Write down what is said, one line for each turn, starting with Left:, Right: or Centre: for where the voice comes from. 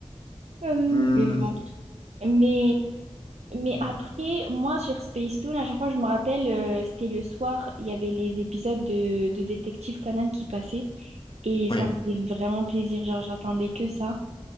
Right: Euh,
Left: Hmm,
Right: mais bon. Mais, mais
Left: euh,
Right: après, moi, sur Toon, à chaque fois, je me rappelle, euh, c'était le soir, il y avait les épisodes de, de Détective Conan qui passaient. Et ça
Left: Oui.
Right: me faisait vraiment plaisir. Genre, j'attendais que ça.